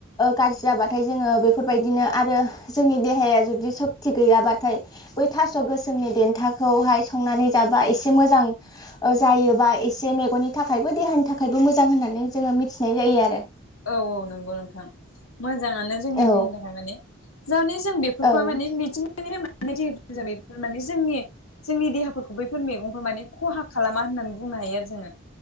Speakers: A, on the left (about 20°); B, on the left (about 90°).
A: गाज्रि जाबाथाय जोङो बेफोरबायदिनो आरो जोंनि देहाया जुदि सक्ति गैयाबाथाय बै थास' गोसोमनि देन्थाखौहाय संनानै जाबा एसे मोजां जायोबा एसे मेगननि थाखायबो देहानि थाखायबो मोजां होननानै जोङो मिथिनाय जायो आरो
B: औ औ नंगौ नोंथां मोजाङानो जोंनि
A: औ
B: देहानि थाखाय माने जानि जों बे फोरखौ
A: ओं
B: माने मिथिं बेफोर माने जोंनि <unintelligible> जोंनि देहाफोरखौ बैफोर मैगंफोरा माने खहा खालामा होननानै बुंनो हायो आरो जोङो